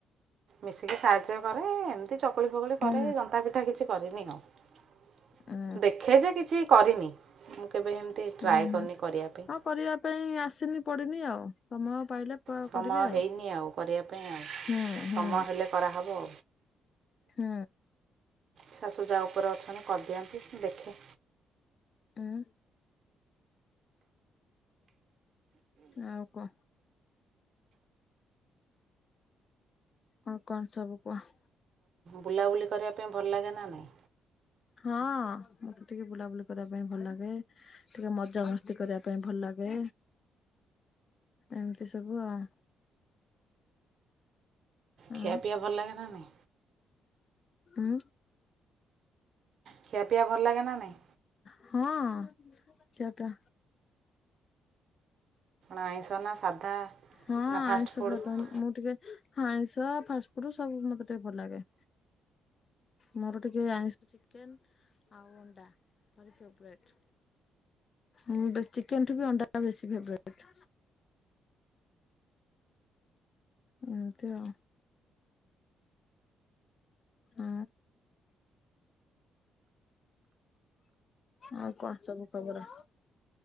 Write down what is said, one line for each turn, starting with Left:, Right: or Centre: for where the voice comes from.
Right: ମିଶିକି ସାହାଯ୍ୟ କରେ ଏମ ଚକୁଳି ଫକୁଳି
Left: ହୁଁ
Right: କରେ ଜନ୍ତା ପିଠା କିଛି କରିିନି ଆଉ
Left: ଉଁ
Right: ଦେଖେ ଯେ କିଛି କରିନି ମୁଁ କେବେ ଏମିତି ଟ୍ରାଏ
Left: ହୁଁ
Right: କରିନି
Left: ହୁଁ
Right: କରିବା ପାଇଁ
Left: ହଁ କରିବା ପାଇଁ ଆସିନି ପଡ଼ିନି ଆଉ ସମୟ ପାଇଲେ
Right: ସମୟ
Left: କରିବେ
Right: ହେଇନି ଆଉ କରିବା ପାଇଁ ଆଉ ସମୟ
Left: ହୁଁ ହୁଁ
Right: ହେଲେ କରାହେବ।
Left: ହୁଁ।
Right: ଶାଶୁ ଯା ଉପରେ ଅଛନ୍ତି କରିଦିଅନ୍ତି ଦେଖେ
Left: ଉଁ। ଆଉ କହ ଆଉ କଣ ସବୁ କୁହ?
Right: ବୁଲାବୁଲି କରିବା ପାଇଁ ଭଲ ଲାଗେ ନା ନାଇଁ?
Left: ହଁ ମତେ ଟିକେ ବୁଲାବୁଲି କରିବା ପାଇଁ ଭଲ ଲାଗେ ଟିକେ ମଜାମସ୍ତି କରିବା ପାଇଁ ଭଲ ଲାଗେ ଏମିତି ସବୁ ଆଉ। ଉଁ
Right: ଖିଆ ପିଇବା ଭଲ ଲାଗେ ନା ନାଇ?
Left: ଉଁ।
Right: ଖିଆ ପିଆ ଭଲ ଲାଗେ ନା ନାଇଁ?
Left: ହଁ ଚକା
Right: ଆଇଁଷ ନା ସାଧା
Left: ହଁ
Right: ନା
Left: ଆଇଁଷ
Right: ଫାଷ୍ଟଫୁଡ଼୍
Left: ଖା ଭଲ ମୁଁ ଟିକେ ଆଇଁଷ, ଫାଷ୍ଟଫୁଡ ସବୁ ମତେ ଟିକେ ଭଲ ଲାଗେ। ମୋର ଟିକେ ଆଇଁଷ ଚିକେନ ଆଉ ଅଣ୍ଡା ମୋର ଫେବରେଟ। ମୁଁ ବି ଚିକେନ ଠୁ ଅଣ୍ଡା ବେଶୀ ଫେବରେଟ। ଏମିତି ଆ ଆ ଆଉ କଣ ସବୁ ଖବର?